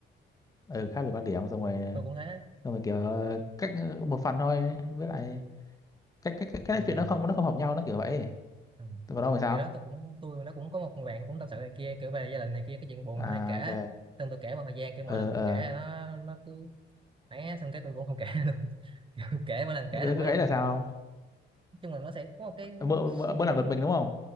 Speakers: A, on the left (about 15°); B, on the right (about 25°).
A: ừ khác về quan điểm xong rồi
B: ừ.
A: ờ,
B: tôi cũng thế
A: xong rồi kiểu
B: ừ.
A: ờ, cách ờ, một phần thôi với lại cái cái cái cái
B: À,
A: chuyện nó không nó không hợp nhau nó kiểu vậy,
B: ừ.
A: tôi còn ông thì sao?
B: kiểu đó tôi cũng tôi nó cũng có một người bạn cũng tâm sự này kia kiểu về gia đình này kia cái chuyện buồn
A: À,
B: tôi hay kể
A: ok,
B: xong tôi kể một thời gian kiểu mỗi
A: ờ
B: lần tôi
A: ờ,
B: kể là nó nó cứ ấy xong cái tôi cũng không kể <laughs> luôn Kiểu kể mỗi lần kể
A: cái
B: là mỗi
A: cái
B: lần
A: ấy là sao?
B: nói chung là nó sẽ có một cái
A: Ông? Mơ mơ,
B: suy
A: mơ
B: nghĩ
A: làm được mình đúng không?